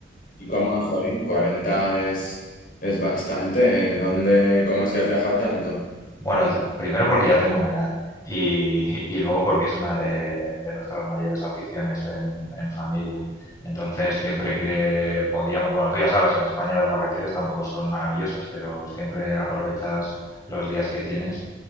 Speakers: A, on the left; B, on the left.
A: Y cómo, jolín, 40 es, es bastante. ¿eh? ¿Dónde, cómo es que has viajado tanto?
B: Bueno, yo- primero porque ya tengo una edad y, y luego porque es una de, de nuestras mayores aficiones en, en familia. Entonces, siempre que podíamos, bueno, tú ya sabes, en España las vacaciones tampoco son maravillosas, pero siempre aprovechas los días que tienes